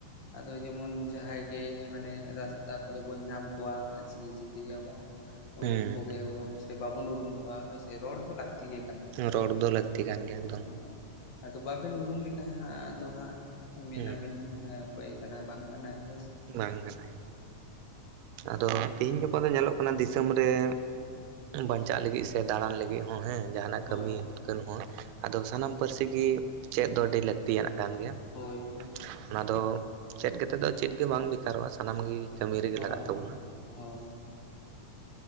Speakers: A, on the left; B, on the right.
A: ᱟᱫᱚ ᱡᱮᱢᱚᱱ ᱡᱟᱦᱟᱸᱭ ᱜᱮ ᱢᱟᱱᱮ ᱨᱟᱥᱛᱟ ᱠᱚᱨᱮ ᱵᱚᱱ ᱧᱟᱢ ᱠᱚᱣᱟ, ᱪᱷᱤ ᱪᱷᱤ ᱭᱟᱵᱚᱱ ᱩᱨᱩᱢ
B: ᱦᱩᱸ
A: ᱠᱚᱜᱮᱭᱟᱵᱚᱱ ᱥᱮ ᱵᱟᱵᱚᱱ ᱩᱨᱩᱢ ᱠᱚᱣᱟ ᱦᱳᱭ ᱥᱮ ᱨᱚᱲ ᱫᱚ ᱞᱟᱹᱠᱛᱤ ᱜᱮ ᱠᱟᱱᱟ
B: ᱨᱚᱲ ᱫᱚ ᱞᱟᱹᱠᱛᱤ ᱠᱟᱱ ᱜᱮᱭᱟ ᱮᱠᱫᱚᱢ
A: ᱦᱳᱭ ᱟᱫᱚ ᱵᱟᱵᱤᱱ ᱩᱨᱩᱢ ᱞᱮ ᱦᱟᱸᱜ ᱟᱫᱚ ᱦᱟᱸᱜ ᱢᱮᱱᱟᱵᱤᱱ
B: ᱦᱩᱸ
A: ᱦᱮᱸ ᱚᱠᱚᱭ ᱠᱟᱱᱟᱭ ᱵᱟᱝ ᱠᱟᱱᱟᱭ ᱦᱳᱭ ᱥᱮ ᱾
B: ᱵᱟᱝ ᱠᱟᱱᱟᱭ᱾ ᱟᱫᱚ ᱛᱤᱦᱤᱧ ᱜᱟᱯᱟ ᱫᱚ ᱧᱮᱞᱚᱜ ᱠᱟᱱᱟ ᱫᱤᱥᱚᱢ ᱨᱮ ᱵᱟᱧᱪᱟᱜ ᱞᱤᱜᱤᱫ ᱥᱮ ᱫᱟᱬᱟᱱ ᱞᱤᱜ ᱜᱤᱫ ᱦᱚᱸ ᱦᱮᱸ ᱡᱟᱦᱟᱱᱟᱜ
A: ᱦᱳᱭ
B: ᱠᱟᱹᱢᱤ ᱠᱟᱹᱱ ᱦᱚᱸ ᱟᱫᱚ ᱥᱟᱱᱟᱢ ᱯᱟᱹᱨᱥᱤ ᱜᱮ ᱪᱮᱫ ᱫᱚ ᱟᱹᱰᱤ ᱞᱟᱹᱠᱛᱤᱭᱟᱱᱟᱜ ᱠᱟᱱ ᱜᱮᱭᱟ
A: ᱦᱳᱭ
B: ᱦᱩᱸ᱾
A: ᱦᱳᱭ
B: ᱚᱱᱟ ᱫᱚ ᱪᱮᱫ ᱠᱟᱛᱮᱫ ᱫᱚ ᱪᱮᱫ ᱜᱮ ᱵᱟᱝ ᱵᱮᱠᱟᱨᱚᱜ-ᱟ ᱥᱟᱱᱟᱢ ᱜᱮ ᱠᱟᱹᱢᱤ ᱨᱮᱜᱮ
A: ᱦᱳᱭ
B: ᱞᱟᱜᱟᱜ ᱛᱟᱵᱚᱱᱟ
A: ᱦᱳᱭ ᱾